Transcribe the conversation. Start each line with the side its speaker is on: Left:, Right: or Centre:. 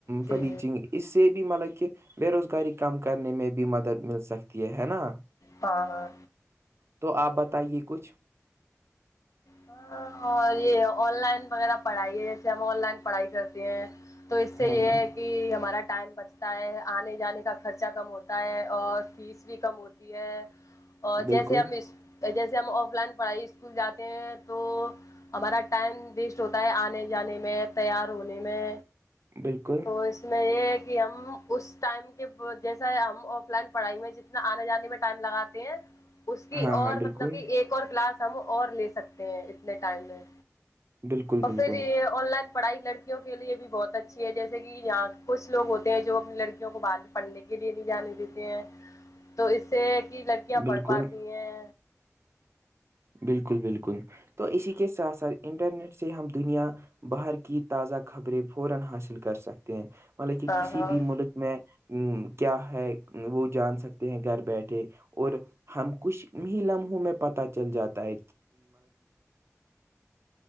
Left: جی
Right: فلیچنگ اس سے بھی مطلب کہ بے روزگاری کم کرنے میں بھی مدد مل سکتی ہے ہے نا
Left: ہاں ہاں
Right: تو آپ بتائیے کچھ
Left: ہاں اور یہ آن لائن وغیرہ پڑھائی ہے جیسے ہم آن لائن پڑھائی کرتے ہیں تو اس سے
Right: ہاں
Left: یہ
Right: ہاں
Left: ہے کہ ہمارا ٹائم بچتا ہے آنے جانے کا خرچہ کم ہوتا ہے اور پھر عیسوی کم ہوتی ہے اور
Right: بالکل
Left: جیسے ہم اس جیسے ہم آف لائن پڑھائی اسکول جاتے ہیں تو ہمارا ٹائم ویسٹ ہوتا ہے آنے جانے میں تیار ہونے میں
Right: بالکل
Left: تو اس میں یہ ہے کہ ہم اس ٹائم کے جیسا ہم آف لائن پڑھائی میں ج آنے جانے میں ٹائم لگاتے ہیں اس کی
Right: ہاں
Left: اور
Right: ہاں بالکل
Left: مطلب کہ ایک اور کلاس ہم اور لے سکتے ہیں اتنے ٹائم میں
Right: بالکل
Left: اور
Right: بالکل
Left: پھر یہ آن لائن پڑھائی لڑکیوں کے لیے بھی بہت اچھی ہے جیسے کہ یہاں کچھ لو ہوتے ہیں جو اپنی لڑکیوں کو بد پڑھنے کے لیے نہیں جانے دیتے ہیں تو اس سے کہ لڑکیاں
Right: بالکل
Left: پڑھ پاتی ہیں
Right: بالکل بالکل تو اسی کے ساتھ ساتھ انٹرنیٹ سے ہم دنیا <unintelligible>
Left: ہاں ہاں
Right: میں کیا ہے وہ جان سکتے ہیں گھر بیٹھے اور ہم کچھ ہی لمحوں میں پتاہ چل جاتا ہے